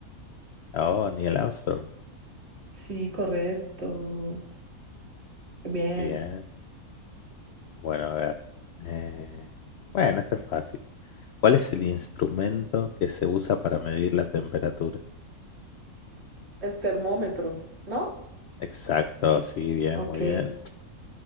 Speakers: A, on the left; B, on the right.
A: Oh, Neil Armstrong.
B: Sí, correcto. Bien.
A: Bien. Bueno, a ver. eh, bueno, este es fácil. ¿Cuál es el instrumento que se usa para medir la temperatura?
B: El termómetro, ¿no?
A: Exacto, sí, bien,
B: Ok.
A: muy bien.